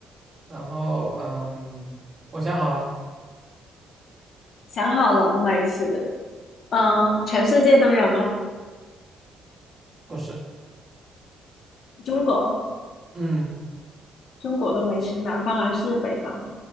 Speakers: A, on the right (about 35°); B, on the left (about 60°).
A: 然后，嗯，我想好了，
B: 想好了，美食，嗯、全世界都有吗？
A: 不是，
B: 中国。
A: 嗯，
B: 中国的美食，南方还是北方？